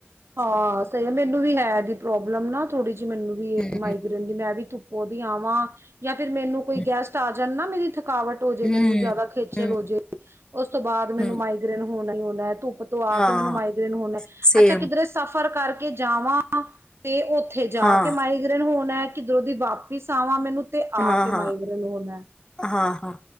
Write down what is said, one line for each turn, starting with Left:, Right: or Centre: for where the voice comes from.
Right: ਹਾਂ ਸਹੀ ਗੱਲ ਮੈਨੂੰ ਵੀ ਹੈ ਇਹਦੀ ਪ੍ਰੋਬਲਮ ਨਾ ਥੋੜ੍ਹੀ ਜੀ ਮੈਨੂੰ ਵੀ ਏ।
Left: ਹਮ
Right: ਮਾਈਗ੍ਰੇਨ ਦੀ ਮੈਂ ਵੀ ਤੁੁੱਪੋ ਦੀ ਆਵਾਂ। ਯਾ ਫ਼ਿਰ ਮੈਨੂੰ ਕੋਈ
Left: ਹਮ
Right: ਗੈਸਟ ਆ ਜਨਾ ਮੇਰੀ ਥ ਰੁਕਾਵਟ ਹੋਜੇ
Left: ਹਮ
Right: ਮੈਨੂੰ ਜਿਆਦਾ ਖੇਚਲ
Left: ਹਮ
Right: ਹੋਜੇ, ਉਸ ਤੋਂ ਬਾਦ ਮੈਨੂੰ
Left: ਹਮ
Right: ਮਾਈਗ੍ਰੇਨ ਹੋਣਾ ਈ ਹੋਣਾ ਧੁੱਪ ਉਤੋਂ ਆ
Left: ਹਾਂ
Right: ਕੇ ਮੈਨੂੰ ਮਾਈਗ੍ਰੇਨ ਹੋਨਾ,
Left: ਸੇਮ
Right: ਅੱਛਾ। ਸਫ਼ਰ ਕਰਕੇ ਜਾਵਾਂ ਤੇ ਉ ਉਥੇ ਜਾ
Left: ਹਾਂ
Right: ਕੇ ਮਾਈਗ੍ਰਨ ਹੋਨਾ। ਕਿਧਰੋਂ ਦੀ ਵਾਪਿਸ ਆਵਾ ਮੈਨੂੰ ਤੇ
Left: ਹਾਂ
Right: ਆ ਕੇ
Left: ਹਾਂ
Right: ਮਾਈਗ੍ਰੇਨ ਹੋਨਾ।
Left: ਹਾਂ, ਹਾਂ